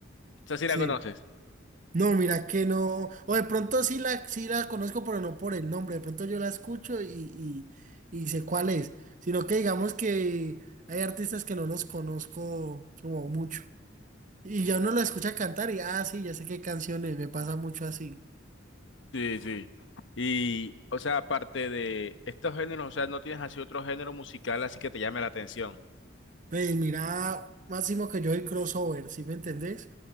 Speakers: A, on the left; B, on the right.
A: o sea, si
B: Sí.
A: la conoces.
B: No, mira que no. O de pronto sí la, sí la conozco, pero no por el nombre. De pronto yo la escucho y, y, y sé cuál es. Sino que digamos que hay artistas que no los conozco como mucho. Y ya uno lo escucha cantar y, ah, sí, ya sé qué canciones, me pasa mucho así.
A: Sí, sí. Y, o sea, aparte de estos géneros, o sea, no tienes así otro género musical así que te llame la atención.
B: Pues mira, máximo que yo soy crossover, ¿sí me entendés?